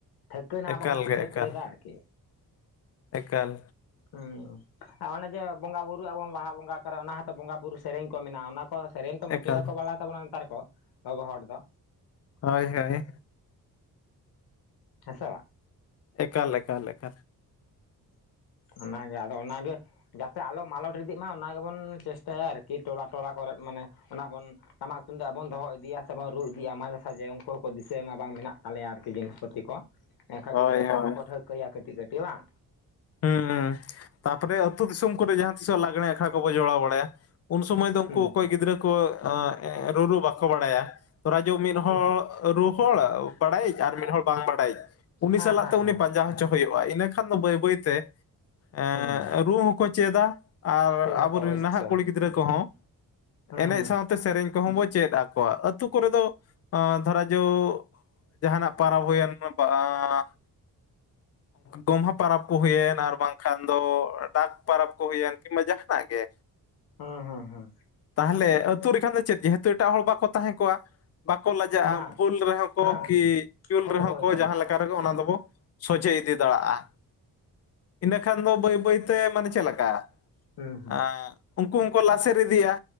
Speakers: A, on the left (about 75°); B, on the left (about 45°).
A: ᱴᱷᱟᱹᱣᱠᱟ ᱱᱟᱦᱟᱜ
B: ᱮᱠᱟᱞ
A: ᱵᱟᱠᱚ
B: ᱜᱮ
A: ᱴᱷᱟᱹᱣᱠᱟᱹᱭ
B: ᱮᱠᱟᱞ
A: ᱫᱟ ᱟᱨᱠᱤ᱾
B: ᱮᱠᱟᱞ
A: ᱦᱩᱸ ᱟᱨ ᱚᱱᱮ ᱡᱮ ᱵᱚᱸᱜᱟ ᱵᱩᱨᱩᱜ ᱟᱵᱚᱱ ᱵᱟᱦᱟ ᱵᱚᱸᱜᱟ ᱠᱚᱨᱮ ᱚᱱᱟ ᱦᱸᱚᱛᱚ ᱵᱚᱸᱜᱟ ᱵᱩᱨᱩ ᱥᱮᱨᱮᱧ ᱠᱚ ᱢᱮᱱᱟᱜᱼᱟ ᱚᱱᱟ ᱠᱚ ᱥᱮᱨᱮᱧ ᱛᱚ
B: ᱮᱠᱟᱞ
A: ᱢᱩᱴᱮ ᱦᱚᱸ ᱵᱟᱲᱟᱭ ᱛᱟᱵᱚᱱᱟ ᱱᱮᱛᱟᱨ ᱠᱚ ᱜᱚᱜᱚ ᱦᱚᱲ ᱫᱚ᱾
B: ᱦᱚᱭ, ᱦᱳᱭ᱾
A: ᱦᱮᱸᱥᱮ ᱵᱟᱝ?
B: ᱮᱠᱟᱞ ᱮᱠᱟᱞ ᱮᱠᱟᱞ
A: ᱚᱸ ᱚᱱᱟᱜᱮ ᱟᱫᱚ ᱚᱱᱟᱜᱮ ᱡᱟᱛᱮ ᱟᱞᱚ ᱢᱟᱞᱚᱴ ᱤᱫᱤᱜ ᱢᱟ ᱚᱱᱟ ᱜᱮᱵᱚᱱ ᱪᱮᱥᱴᱟᱭᱟ ᱟᱨᱠᱤ ᱴᱚᱞᱟ ᱴᱚᱞᱟ ᱠᱚᱨᱮᱫ ᱢᱟᱱᱮ ᱚᱱᱟ ᱵᱚᱱ ᱴᱟᱢᱟᱠ ᱛᱩᱢᱫᱟᱜ ᱵᱚᱱ ᱫᱚᱦᱚ ᱤᱫᱤᱭᱟ ᱥᱮᱵᱚᱱ ᱨᱩ ᱤᱫᱤᱭᱟ ᱢᱟᱡᱮ ᱥᱟᱡᱮ ᱩᱝᱠᱩ ᱦᱚᱸᱠᱚ ᱫᱤᱥᱟᱹᱭ ᱢᱟ ᱵᱟᱝ ᱢᱮᱱᱟᱜ ᱛᱟᱞᱮᱭᱟ ᱟᱨ ᱡᱤᱱᱤᱥᱯᱟᱛᱤ ᱠᱚ ᱮᱱᱠᱷᱟᱱ
B: ᱦᱳᱭ
A: ᱜᱤᱫᱟᱨᱟᱹ ᱠᱚᱦᱚᱸ
B: ᱦᱳᱭ
A: ᱠᱚ ᱴᱷᱟᱹᱣᱠᱟᱹᱭᱟ ᱠᱟᱹᱴᱤᱡ ᱠᱟᱹᱴᱤᱡ ᱵᱟᱝ?
B: ᱦᱮᱸ ᱛᱟᱨᱯᱚᱨᱮ ᱟᱹᱛᱩ ᱫᱤᱥᱚᱢ ᱠᱚᱨᱮ ᱡᱟᱦᱟᱸ ᱛᱤᱥᱚᱜ ᱞᱟᱸᱜᱲᱮ ᱟᱠᱷᱲᱟ ᱠᱚᱵᱚ ᱡᱚᱲᱟᱣ ᱵᱟᱲᱟᱭᱟ ᱩᱱ ᱥᱳᱢᱚᱭ ᱫᱚ ᱩᱝᱠᱩ
A: ᱦᱩᱸ
B: ᱚᱠᱚᱭ ᱜᱤᱫᱽᱨᱟᱹ ᱠᱚ ᱚᱸ ᱨᱩᱨᱩ ᱵᱟᱠᱚ ᱵᱟᱲᱟᱭᱟ ᱫᱷᱚᱨᱟ ᱡᱚ ᱢᱤᱫ ᱦᱚᱲ
A: ᱩᱱᱠᱩ
B: ᱨᱩ ᱦᱚᱲ ᱵᱟᱲᱟᱭᱤᱡ ᱟᱨ ᱢᱤᱫᱦᱚᱲ ᱵᱟᱝ ᱵᱟᱲᱟᱭᱤᱡ ᱩᱱᱤ
A: ᱦᱮᱸ
B: ᱥᱟᱞᱟᱜ
A: ᱦᱮᱸ
B: ᱛᱮ
A: ᱦᱮᱸ
B: ᱩᱱᱤ ᱯᱟᱸᱡᱟ ᱦᱚᱪ ᱪᱚ ᱦᱩᱭᱩᱜᱼᱟ ᱤᱱᱟᱹᱠᱷᱟᱱ ᱫᱚ ᱵᱟᱹᱭ ᱵᱟᱹᱭ ᱛᱮ ᱮᱸ
A: ᱦᱩᱸ
B: ᱨᱩ ᱦᱚᱸᱠᱚ ᱪᱮᱫᱟ᱾ ᱟᱨ
A: ᱪᱮᱫ ᱟᱠᱚ
B: ᱟᱵᱚᱨᱮᱱ
A: ᱚᱵᱚᱥᱥᱚ
B: ᱱᱟᱦᱟᱜ ᱠᱩᱲᱤ ᱜᱤᱫᱽᱨᱟᱹ ᱠᱚᱦᱚᱸ
A: ᱦᱩᱸ
B: ᱮᱱᱮᱡ ᱥᱟᱶ ᱛᱮ ᱥᱮᱨᱮᱧ ᱠᱚᱦᱚᱸ ᱵᱚ ᱪᱮᱫ ᱟᱠᱚᱣᱟ ᱟᱹᱛᱩ ᱠᱚᱨᱮ ᱫᱚ ᱟᱸ ᱫᱷᱚᱨᱟ ᱡᱳ ᱡᱟᱦᱟᱱᱟᱜ ᱯᱟᱨᱟᱵᱽ ᱦᱩᱭᱮᱱ ᱵᱟ ᱜᱚᱢᱦᱚ ᱯᱟᱨᱟᱵᱽ᱾ ᱠᱚ ᱦᱩᱭᱮᱱ ᱟᱨ ᱵᱟᱝᱠᱷᱟᱱ ᱫᱚ ᱰᱟᱠ ᱯᱟᱨᱟᱵᱽ ᱠᱚ ᱦᱩᱭᱮᱱ ᱠᱤᱝᱵᱟ ᱡᱟᱦᱟᱱᱟᱜ ᱜᱮ᱾
A: ᱦᱩᱸ ᱦᱩᱸ ᱦᱩᱸ ᱦᱩᱸ
B: ᱛᱟᱦᱞᱮ ᱟᱹᱛᱩ ᱨᱮᱠᱷᱟᱱ ᱫᱚ ᱪᱮᱫ ᱡᱮᱦᱩᱛᱩ ᱮᱴᱟᱜ ᱦᱚᱲ ᱵᱟᱠᱚ ᱛᱟᱦᱮᱸ ᱠᱚᱜᱼᱟ᱾ ᱵᱟᱠᱚ ᱞᱟᱡᱟᱜᱼᱟ
A: ᱵᱟᱝ
B: ᱵᱷᱩᱞ ᱨᱮᱦᱚᱸ ᱠᱚ
A: ᱦᱮᱸ
B: ᱠᱤ ᱪᱩᱞ
A: ᱦᱳᱭ
B: ᱨᱮᱦᱚᱸ
A: ᱦᱳᱭ
B: ᱠᱚ
A: ᱦᱳᱭ
B: ᱡᱟᱦᱟᱸ
A: ᱜᱚᱝᱠᱮ
B: ᱞᱮᱠᱟ ᱨᱮᱜᱮ ᱚᱱᱟ ᱫᱚᱵᱚ ᱥᱚᱡᱷᱮ ᱤᱫᱤ ᱫᱟᱲᱟᱜᱼᱟ᱾ ᱤᱱᱟᱹᱠᱷᱟᱱ ᱫᱚ ᱵᱟᱹᱭ ᱵᱟᱹᱭ ᱛᱮ ᱢᱟᱱᱮ ᱪᱮᱜ ᱞᱮᱠᱟ
A: ᱦᱩᱸ ᱦᱩᱸ
B: ᱮᱸ ᱩᱝᱠᱩ ᱦᱚᱸᱠᱚ ᱞᱟᱥᱮᱨ ᱤᱫᱤᱭᱟ